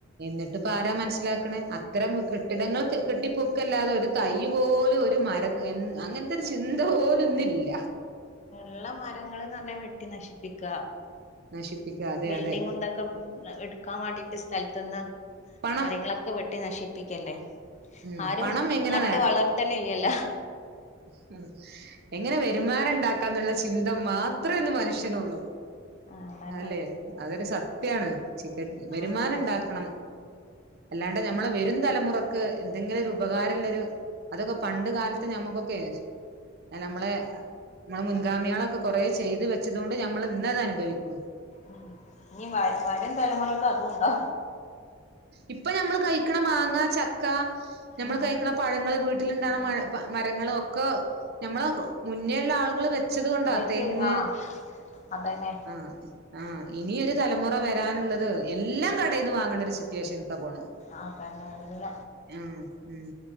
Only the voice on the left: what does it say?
ഇള്ള മരങ്ങള് ന്നറഞ്ഞാ വെട്ടി നശിപ്പിക്ക
ബിൽഡിങ്ങും
ഇതൊ ക്കെ എടുക്കാൻ വേണ്ടിട്ട് സ്ഥലത് ന്ന്
മരങ്ങളൊക്കെ വെട്ടി നശിപ്പിക്കല്ലേ
ആരും
നട്ട് വളർത്തണില്ലല്ല
ആഹ് അതന്നെ
ആഹ്
ഉം ഇനി വ വരും തലമുറക്ക് അതും ഉണ്ടോ
ആഹ്
വൈറ്റ്
ആഹ് അതന്നെ
അത നല്ല